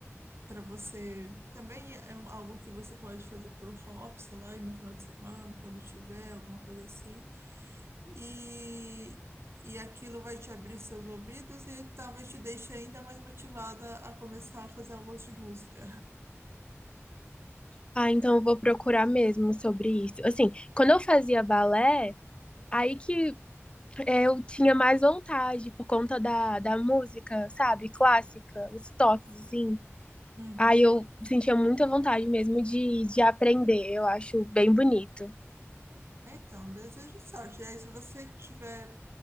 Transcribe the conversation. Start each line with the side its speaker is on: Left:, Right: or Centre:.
Right: Para você. Também é um- algo que você pode fazer pro hobby, sei lá, e no final de semana, quando tiver, alguma coisa assim. e, e aquilo vai te abrir seus ouvidos e talvez te deixe ainda mais motivada a começar a fazer aulas de música. <laughs>
Left: Ah, então eu vou procurar mesmo sobre isso. Assim, quando eu fazia balé, aí que é, eu tinha mais vontade por conta da, da música, sabe? Clássica, os toques, assim.
Right: Uhum.
Left: Aí eu sentia muita vontade mesmo de, de aprender. Eu acho bem bonito.
Right: É, Então, desejo sorte. E aí, se você tiver,